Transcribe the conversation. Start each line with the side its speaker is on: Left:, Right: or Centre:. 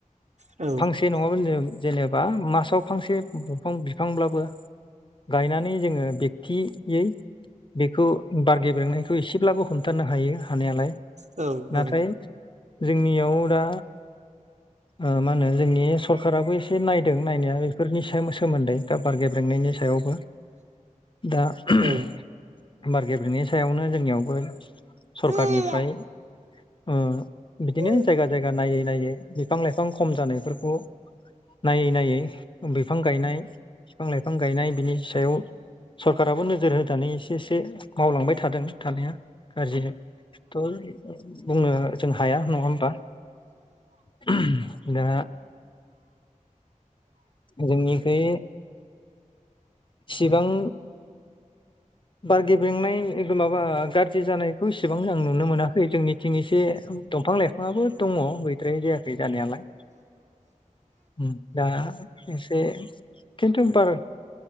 Right: औ
Left: फांसे नङाबा जेनेबा मासाव फांसे बफां बिफांब्लाबो गायनानै जोङो बेखथि यै बेखौ बार गेब्रेंनायखौ एसेब्लाबो हमथानो हायो हानायालाय
Right: औ
Left: नाथाय
Right: औ।
Left: जोंनियाव दा ओ मा होनो जोंनि सरखाराबो एसे नायदों नायनाया बेफोरनि सोमोन्दै दा बार गेब्रेंनायनि सायावबो दा <unintelligible>
Right: औ
Left: बार गेब्रेंनायनि सायावनो जोंनि यावबो
Right: औ
Left: सरखार निफ्राय
Right: औ
Left: उ बिदिनो
Right: उम औ अ औ
Left: जायगा जायगा नायै नायै बिफां लाइफां खम जानाय फोरखौ नायै नायै बिफां गायनाय, बिफां-लाइफां गायनाय बिनि सायाव सरखाराबो नोजोर होनानै एसे एसे माव लांबाय थादों थानाया। गाज्रि थ' बुंनो जों हाया नङा होमबा <unintelligible> दा जोंनिखै सिगां बार गेब्रेंनाय माबा गाज्रि जानायखौ इसेबां आं नुनो मोनाखै जोंनिथिं एसे दंफां लाइफां आबो दङ। द्राष जायाखै जानायालाय उ दा एसे खिन्थु बार